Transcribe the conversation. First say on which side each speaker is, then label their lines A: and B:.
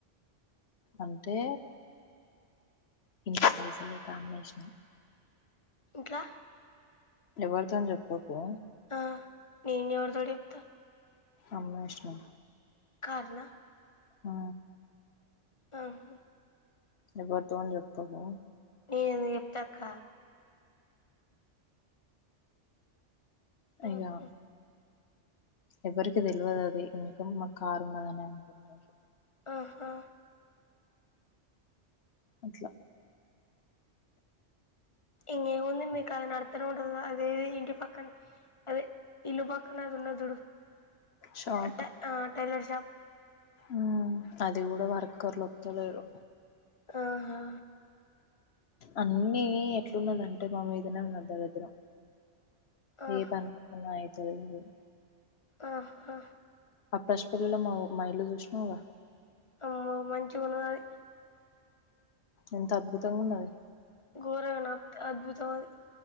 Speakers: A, on the left; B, on the left.
A: అంటే ఇంట్ల పైసల్లేక అమ్మేశ్నం
B: ఇంట్లా
A: ఎవర్తోన్ జెప్పకు
B: ఆ నేను ఎవర్తోటి చెప్తా
A: అమ్మేశ్నం
B: కార్నా
A: ఆ
B: ఆహ
A: ఎవర్తోన్ జెప్పకు
B: నే ఎందుకు జెప్తా అక్కా
A: ఇగో
B: ఆహా
A: ఎవ్వరికి తెల్వదది ఇంకా మా కారు ఉన్నదని అనుకుంటార్రు.
B: ఆహా
A: అట్లా
B: ఇంగేం ఉంది మీ కది నీకది నడుత్త రోడ్డు అదే ఏవీ ఇంటి పక్కన్ అదే ఇల్లు పక్కన అది ఉన్నజూడు
A: షాప్
B: అదే ఆ టైలర్ షాప్
A: ఉమ్ అది కూడా వర్కర్లు ఒత్తలేరు
B: ఆహా
A: అన్నీ ఎట్లున్నదంటే మా మీదనే ఉన్న దరిద్రం
B: ఆహ్
A: ఏ పని <unintelligible> ఐతలే లేదు
B: ఆహ్హా
A: అపాష్పిల్లిలో మా మా ఇల్లు జూష్ణవ్ గా
B: ఆమ్మో మంచిగున్నది
A: ఎంత అద్భుతంగా ఉన్నది
B: ఘోరనాప్ అద్భుతమది